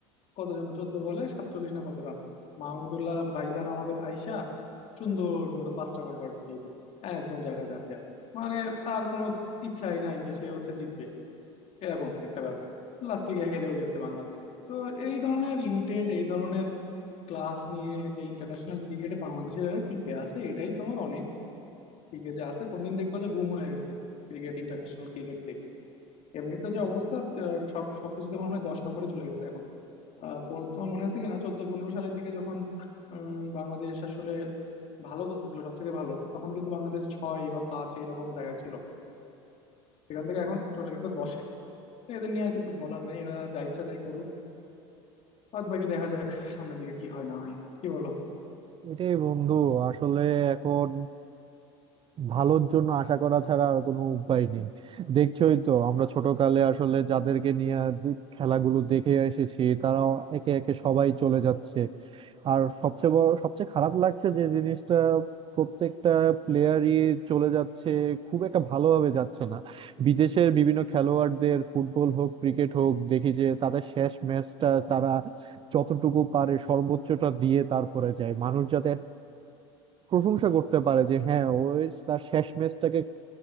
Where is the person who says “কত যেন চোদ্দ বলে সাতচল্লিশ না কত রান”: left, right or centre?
Left